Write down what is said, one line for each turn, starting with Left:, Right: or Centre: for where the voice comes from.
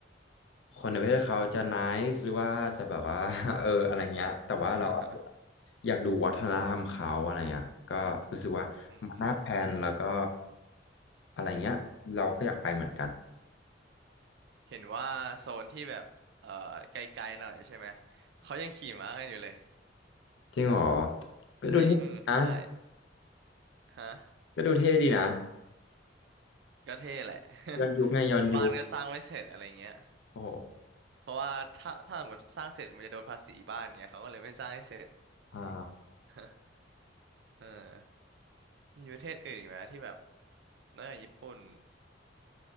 Left: คนในประเทศเขาจะ n i า e หรือว่าจะแบบว่า <laughs> เอออะไรเงี้ยแต่ว่าเราอะ
Right: <laughs>
Left: อยากดูวัฒนธรรมเขาอะไรเงี้ยก็รู้สึกว่ามันน่าแพลนแล้วก็
Right: อืม <laughs> อืม
Left: อะไรเงี้ยเราก็อยากไปเหมือนกัน
Right: เห็นว่าโซนที่แบบเอ่อไกลๆหน่อยใช่ไหมเขายังขี่ม้ากันอยู่เลย
Left: จริงเหรอก็ดูเท่นะ
Right: จริงใช่ฮะ
Left: ก็ดูเท่ดีนะ
Right: ก็เท่แหละ
Left: ย้อนยุคไงย้อนยุค
Right: <laughs> บ้านก็สร้างไม่เสร็จอะไรเงี้ย
Left: โอ้โห
Right: เพราะว่าถ้าถ้าสมมติสร้างเสร็จมันจะโดนภาษีบ้านเงี้ยเขาก็เลยไม่สร้างให้เสร็จ
Left: อ่า
Right: <laughs> เออมีประเทศอื่นอีกไหมที่แบบนอกจากญี่ปุ่น